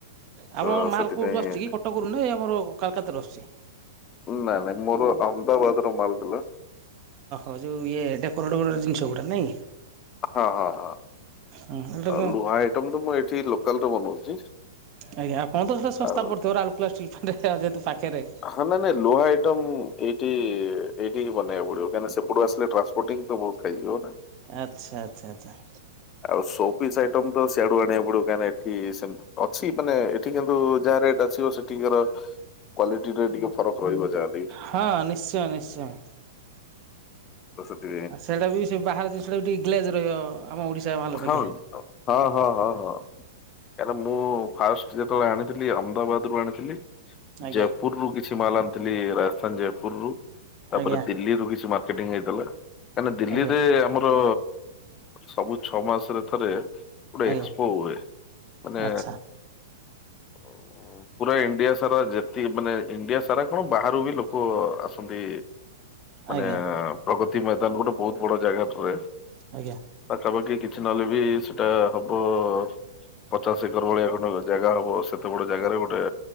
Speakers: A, on the right (about 35°); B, on the left (about 25°).
A: ଆପଣଙ୍କ
B: ତ
A: ମାଲ
B: ସେଥିପାଇଁ
A: କୋଉଠୁ ଆସୁଛି କି କଟକରୁ ନାଇଁ ଆମର କାଲକାତାରେ ର ଅସଛି
B: ନାଇଁ ନାଇଁ ମୋର ଅହମଦାବାଦ ର ମାଲ ଦେଲା
A: ଓୋ ଯେଉ ଇଏ ଡେକୋରେଟ୍ୋଟ ଜିନଷ ଗୁଡ଼ା ନାଇଁ
B: ହଁ ହଁ ହଁ
A: ହୁଁ
B: ଲୁହା ଆଇଟମ୍ ତ ମୁଁ ଏଠି ଲୋକାଲରେ ବନଉଛି
A: ଆଜ୍ଞା କଣ ତ ସେଟା ଶସ୍ତା
B: ଆଉ
A: ପଡିଥିବ ଆଲୁଲା ଷ୍ଟରେ ଯେହେତୁ ପାଖରେ
B: ହଁ ନାାଇ ନାଇଁ ଲୁହା ଆଇଟମ ଏଇଠି ଏଇଠି ହିଁ ବନେଇବା ପଡିବ କାହିଁକି ସେପଟୁ ଆସିଲେ ଟ୍ରା ୋଟଟିଂ ତ ବହୁ କହିଉ ନା
A: ଆଚ୍ଛା ଆଚ୍ଛା ଆଚଛା
B: ଆଉ ସୋପିସ୍ ଆଇଟମ ତ ସିଆଡୁ ଆଣିବା ପଡିବ କାହିଁକି ଏଠି ସେମିତି ଅଛି ମାନେ ଏଠି କିନ୍ତୁ ଯାହା ରେଟ୍ ଅଛିିବ ସେ ଟିୱର୍ କ୍ଵାଲିଟିରେ ଟିକେ ଫରକ ରହିବ ଯାହାବି।
A: ହଁ ନିଶ୍ଚୟ ନିଶ୍ଚୟ।
B: ତ ସେଥି ପାଇଁ
A: ଆଉ ସେଇଟା ବି ସେ ବାହାର ଜିନିଷଟା ବି ଟିକେ ଗ୍ଲେଜ ରହିବ ଆମ ଓଡ଼ିଶା ମାଲ ଅପେକ୍ଷା।
B: ହଁ ହଁ ହଁ ହଁ ହଁ। କାହିକିଁ ନା ମୁଁ ଫାଷ୍ଟ ଯେତେବେଳେ ଆଣିଥିଲି ଅହମଦାବାଦ ରୁ ଆଣିଥିଲି।
A: ଆଜ୍ଞା
B: ଜୟପୁର ରୁ କିଛି ମାଲ ଆଣିଥିଲି ରାଜସ୍ଥାନ ଜୟପୁର ରୁ ତାପରେ
A: ଆଜ୍ଞା
B: ଦିଲ୍ଲୀରୁୁ କିଛି ମାଲ ର୍କେଟିଂ ହେଇଥିଲା କାହିଁକିନା ଦିଲ୍ଲୀରେ
A: ଆଜ୍ଞା
B: ଆମର ସବୁ ଛଅ ମାସରେ ଥରେ ଗୋଟେ
A: ଆଜ୍ଞା
B: ଏକ୍ସପୋ ହୁଏ ମାନେ
A: ଆଚ୍ଛା।
B: ହଉ। ପୁରା ଇଣ୍ଡିଆ ସାରା ଯେତିକି ମାନେ ଇଣ୍ଡିଆ ସାରା କଣ ବାହାରୁ ବି ଲୋକ ଆସନ୍ତି। ମାନେ
A: ଆଜ୍ଞା
B: ପ୍ରଗତି ମଇଦାନ ଗୋଟେ ବହୁତ ବଡ଼ ଜାଗାଥ୍ରୁ ରେ
A: ଆଜ୍ଞା।
B: ପାଖାପାଖି କିଛି ନହେଲେ ବି ସେଟା ହବ ପଚାଶ ଏକର ଭଳିଆ ଖଣ୍ଡେ ଜାଗା ହବ ସେତେ ବଡ଼ ଜାଗାରେ ଗୋଟେ